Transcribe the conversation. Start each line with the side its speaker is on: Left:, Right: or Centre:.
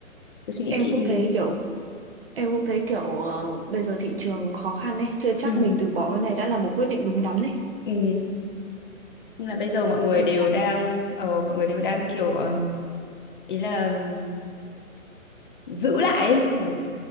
Left: cứ suy nghĩ
Right: em
Left: kỹ
Right: cũng
Left: đi
Right: thấy kiểu em cũng thấy kiểu ờ, bây giờ thị trường khó khăn ấy chưa chắc
Left: ừ
Right: mình từ bỏ cái này đã là một quyết định đúng đắn ấy
Left: ừ Nhưng là bây giờ mọi người
Right: Thế nên
Left: đều
Right: là
Left: đang ờ, mọi người đều đang kiểu ừm, ý là giữ lại ấy, ờ,